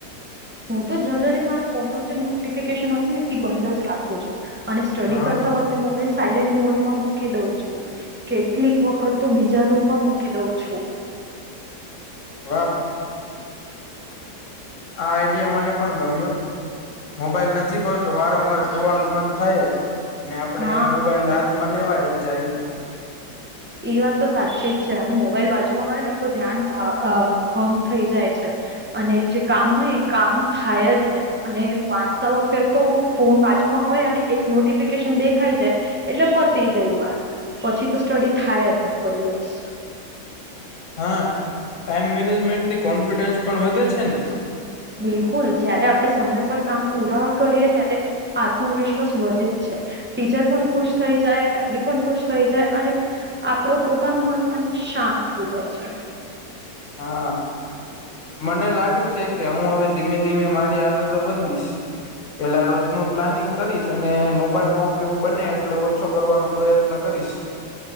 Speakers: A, on the right; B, on the left.
A: હું તો જનરલી મારો ફોન ન જે નોટિફિકેશન હોય છે ને બંધ જ રાખું છો અને સ્ટડી
B: હા
A: કરતા વખતે મોબાઈલ સાયલેન્ટ મોડમાં મૂકી દઉં છું કેટલીક વખત તો બીજા રૂમમાં મૂકી દઉં છું
B: વાહ આ આઈડીએમને પણ ગમ્યું મોબાઈલ નજીક હોય તો વારંવાર જોવાનું મન થાય જ અને આપડે
A: હા
B: મોબાઈલ હાથમાં લેવાય જ જાય
A: એ વાત તો સાચી જ છે અને મોબાઈલ બાજુમાં હોય ને તો ધ્યાન ભંગ થઈ જાય છે અને જે કામ હોય એ કામ થાય જ નહી અને વાંચતા વખતે તો ફોન બાજુમાં હોય અને એક નોટિફિકેશન દેખાય જાય એટલે પતી ગઈ વાત પછી તો સ્ટડી થાય જ નહી કોઈ દિવસ
B: હા ટાઈમ મેનેજમેન્ટ થી કોન્ફિડન્સ પણ વધે છે ને
A: બિલકુલ જયારે આપડે સમય પર કામ પૂરા કરીએ ત્યારે આત્મવિશ્વાસ વધે જ છે ટીચર પણ ખુશ થઈ જાય ફેમિલી પણ ખુશ થઈ જાય અને આપડો પોતાનું મન પણ શાંત થઈ જાય છે
B: હા મને લાગે છે કે હું હવે ધીમે ધીમે મારી આદતો બદલીશ પેલા રોજ નું પ્લાનિંગ કરીશ અને મોબાઈલ નો ઉપયોગ બને એટલો ઓછો કરવાનો પ્રયત્ન કરીશ